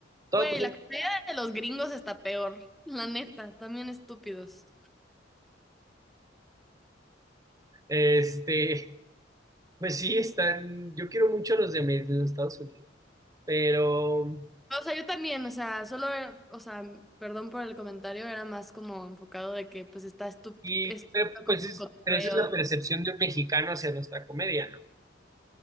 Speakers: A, on the right; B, in the centre.
A: Todo,
B: Güey,
A: pues,
B: la comedia de los gringos está peor. La neta, también estúpidos.
A: este, pues sí, están, yo quiero mucho a los de, me- de los Estados Unidos, pero,
B: O sea, yo también, o sea, solo, era- o sea, perdón por el comentario, era más como enfocado de que pues está estu-
A: y,
B: es
A: pero, pues
B: como
A: es,
B: un cotorreo.
A: pero esa es la percepción de un mexicano hacia nuestra comedia, ¿no?